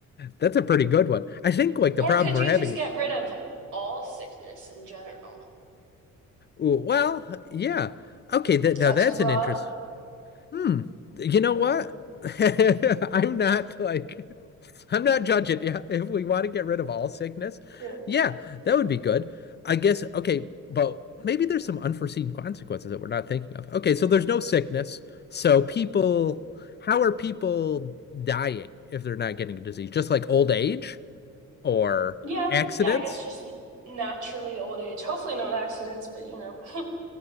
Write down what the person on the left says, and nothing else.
that's a pretty good one. I think like the
problem
we're
having
is,
ooh, well, yeah, okay, that
now
that's
an interest. Hmm. You know what? <laughs> I'm not like I'm not judging. Yeah, if we want to get rid of all sickness,
yeah, that would be good. I guess okay, but maybe there's some unforeseen consequences that we're not thinking of. Okay, so there's no sickness. So people, how are people dying if they're not getting a disease? Just like old age or
accidents?